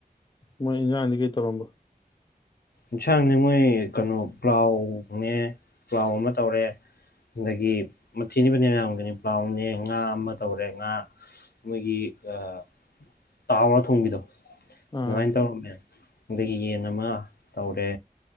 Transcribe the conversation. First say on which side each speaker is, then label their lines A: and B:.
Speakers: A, on the left; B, on the left.
A: ꯃꯣꯏ ꯏꯟꯖꯥꯡꯗꯤ ꯀꯩ ꯇꯧꯔꯝꯕ
B: ꯏꯟꯁꯥꯡꯅꯦ ꯃꯣꯏ ꯀꯩꯅꯣ ꯄ꯭ꯂꯥꯎꯅꯦ ꯄ꯭ꯂꯥꯎ ꯑꯃ ꯇꯧꯔꯦ ꯑꯗꯒꯤ ꯃꯊꯤꯗꯤ ꯐꯅꯌꯥꯝ ꯌꯥꯝꯕꯅꯤ ꯄ꯭ꯂꯥꯎꯅꯦ ꯉꯥ ꯑꯃ ꯇꯧꯔꯦ ꯉꯥ ꯃꯣꯏꯒꯤ ꯑꯥ ꯇꯥꯎꯔ ꯊꯣꯡꯕꯤꯗꯣ
A: ꯑꯥ
B: ꯑꯗꯨꯃꯥꯏꯅ ꯇꯧꯔꯝꯃꯦ ꯑꯗꯒꯤ ꯌꯦꯟ ꯑꯃ ꯇꯧꯔꯦ